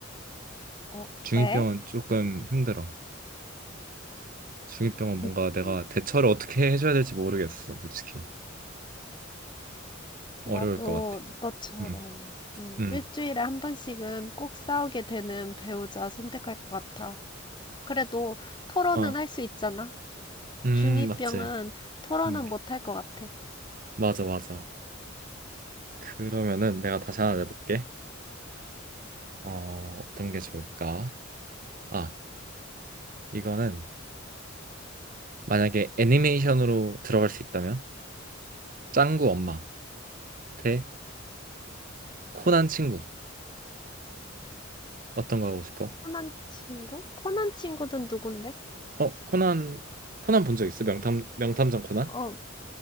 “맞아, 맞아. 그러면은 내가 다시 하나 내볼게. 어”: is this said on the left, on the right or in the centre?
Right